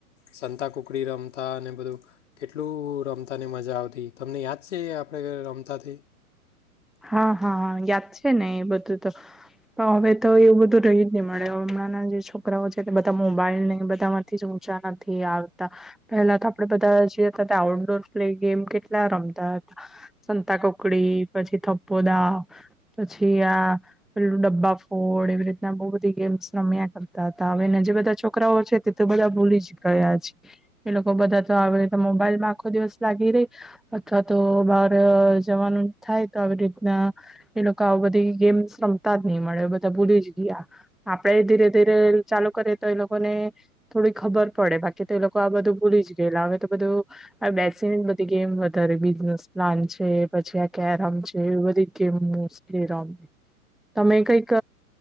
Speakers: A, on the left (about 50°); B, in the centre.
A: સં સંતા કુકડી રમતા અને બધું, કેટલું રમતાને મજા આવતી તમને યાદ છે આપણે રમતાથી?
B: હા હા યાદ છે ને એ બધું તો. પણ હવે તો એવું બધું રહી જ નહી મળે હમણાંના જે છોકરાઓ છે બધા મોબાઈલ નહી બધામાંથી જ ઊંચા નથી આવતા. પહેલા તો આપડે બધા જે હતા આઉટડોર પ્લે ગેમ કેટલા રમતા. સંતા કોકડી પછી થપ્પો દાવ, પછી આ પેલું ડબ્બા ફોડ એવી રીતના બહુ બધી ગેમ્સ રમ્યા કર તા તા હવેના જે બધા છોકરાઓ છે તે તો બધા ભૂલી જ ગયા છે, એ લોકો બધા તો આવે મોબાઈલ માં આખો દિવસ લાગી રહી, અથવા તો બાર અ જવાનું થાય તો આવી રીતના, એ લોકો આવ બધી ગેમ્સ રમતા જ નહી મળે બધા ભૂલી જ ગયા, આપડે ધીરે ધીરે ચાલુ કરે તો એ લોકોને, થોડી ખબર પડે બાકી તો એ લોકો આ બધું ભૂલી જ ગયેલા હવે તો બધું, બેસીને બધી ગેમ વધારે બિઝનેસ પ્લાન છે, પછી આ કેરમ છે એવી બધી ગેમ રમેં. તમે કઈક